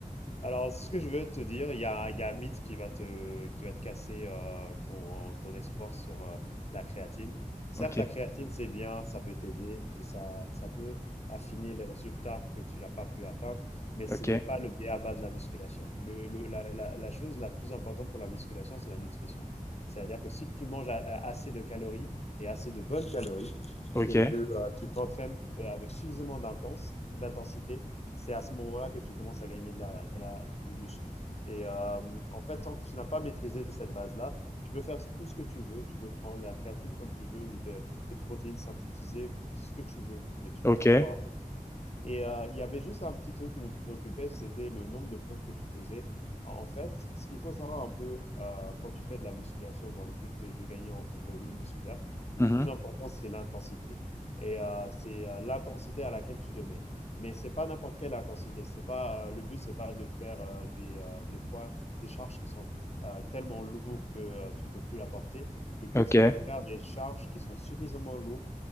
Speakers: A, on the left; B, on the left.
A: Alors, ce que je veux te dire, il y a, il y a un mythe qui va te, qui va te casser euh, ton, ton espoir sur euh, la créatine. Certes,
B: Ok,
A: la créatine, c'est bien, ça peut t'aider et ça, ça peut affiner les résultats que tu n'as pas pu atteindre, mais ce
B: ok,
A: n'est pas le bien/bas de la musculation. Le, le- la, la- la chose la plus importante pour la musculation, c'est la nutrition. C'est-à-dire que si tu manges a- a- assez de calories et assez de bonnes calories
B: ok,
A: et que euh, tu t'entraînes euh, avec suffisamment d'intense- d'intensité, c'est à ce moment-là que tu commences à gagner de la, de la, du muscle. Et euh, en fait, tant que tu n'as pas maîtrisé cette base-là, tu peux faire tout ce que tu veux. Tu peux prendre de la créatine comme tu veux ou de, des protéines synthétisées, ce que tu veux, mais tu
B: ok,
A: ne vas pas pouvoir avancer. Et euh, il y avait juste un petit truc qui me préoccupait, c'était le nombre de pompes que tu faisais. En fait, ce qu'il faut savoir un peu euh, quand tu fais de la musculation dans le but de, de gagner en, en volume musculaire, le
B: mhm,
A: plus important, c'est l'intensité. Et euh, c'est euh, l'intensité à laquelle tu te mets. Mais c'est pas n'importe quelle intensité. C'est pas euh, le but, c'est pas de faire euh, des, euh, des poids, des charges qui sont euh, tellement lourds que euh, tu ne peux plus la porter. Le but,
B: ok.
A: c'est de faire des charges qui sont suffisamment lourdes